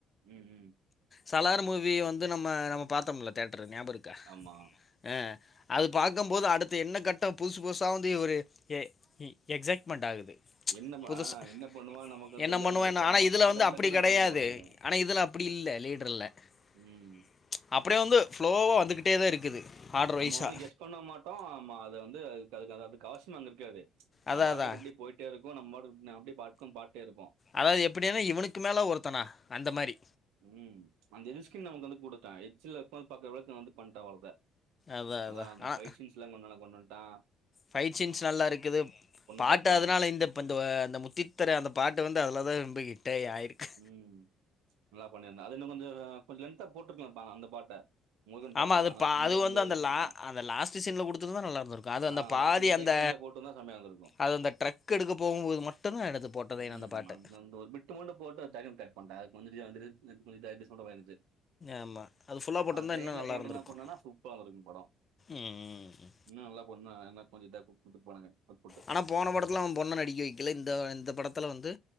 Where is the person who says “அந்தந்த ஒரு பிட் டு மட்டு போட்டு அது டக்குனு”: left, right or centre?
Right